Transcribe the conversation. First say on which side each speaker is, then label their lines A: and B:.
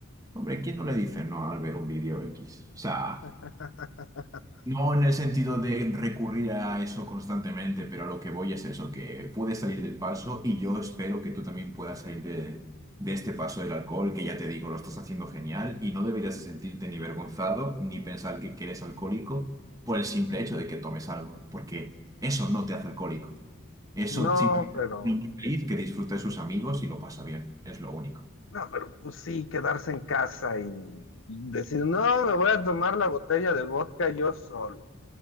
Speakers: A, on the right; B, on the left.
A: hombre, ¿quién no le dice no al ver un vídeo X? O sea...
B: <laughs>
A: No en el sentido de recurrir a eso constantemente, pero a lo que voy es eso, que puedes salir del paso y yo espero que tú también puedas salir de, de este paso del alcohol, que ya te digo, lo estás haciendo genial y no deberías de sentirte ni vergonzado ni pensar que, que eres alcohólico por el simple hecho de que tomes algo, porque eso no te hace alcohólico. Eso
B: No,
A: simplemente
B: pero,
A: es un hombre feliz que disfruta de sus amigos y lo pasa bien, es lo único.
B: no, pero pues sí, quedarse en casa y, y decir, no, me voy a tomar la botella de vodka yo solo.